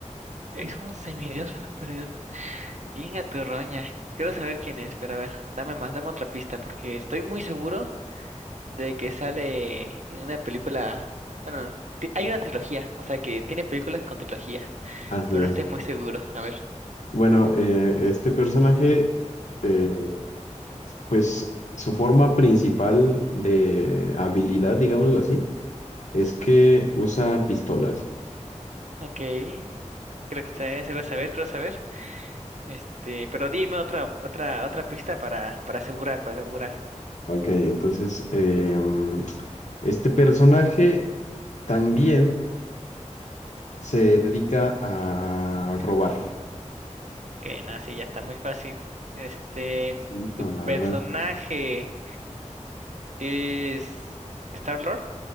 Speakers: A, on the right; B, on the left.
A: Es un semidios pero perdido. Venga, tu roña. Quiero saber quién es, pero a ver, dame más, dame otra pista porque estoy muy seguro de que sale en una película. Bueno, ti- hay una trilogía, o sea que tiene películas con trilogía.
B: Ajá.
A: pero no estoy muy seguro. A ver,
B: Bueno, eh, este personaje, eh, pues su forma principal de habilidad, digámoslo así, es que usa pistolas.
A: ok. Creo que se se va a saber, creo saber. Este, pero dime otra, otra, otra pista para, para asegurar, para asegurar.
B: Ok, entonces em, este personaje también se dedica a robar.
A: Ok, no, sí, ya está muy fácil. Este,
B: Facilito,
A: tu
B: la
A: personaje
B: verdad.
A: es Star-Lord.